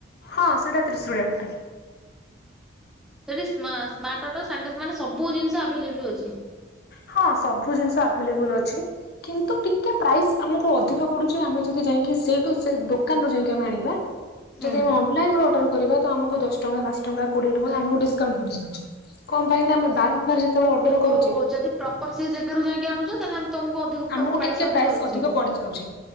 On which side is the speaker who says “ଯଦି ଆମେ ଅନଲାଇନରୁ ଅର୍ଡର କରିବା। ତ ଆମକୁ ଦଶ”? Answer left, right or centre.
Left